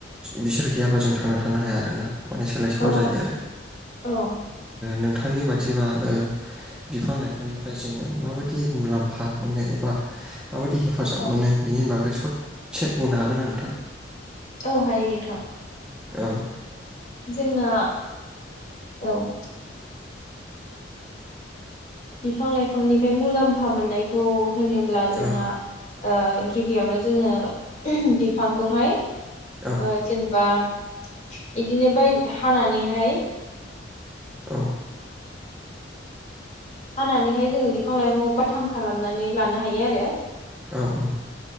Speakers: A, in the centre; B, on the left.
A: बिसोर गैयाबा जों थांना थानो हाया आरोना माने सोलाय सोल
B: औ
A: जायो आरो
B: औ
A: नों थांनि बायदिबा बिफां लाइफांनिफ्राय जोङो माबायदि मुलाम्फा मोनो एबा माबायदि हेफाजाब
B: औ
A: मोनो बिनि बागै ससे बुंनो हागोना नोंथां?
B: औ हायो नोंथां।
A: ओ
B: जोंना औ बिफां-लाइफांनिफ्राय मुलाम्फा मोननायखौ होनोब्ला जोंना
A: औ
B: ओ गिबियावनो जोङो बिफांखौहाय
A: औ
B: अ जेनेबा बिदिनो बाय हानानैहाय
A: औ
B: हानानैहाय जोंङो बिफां लाइफां बाथाम खालामनानै लानो हायो आरो
A: औ औ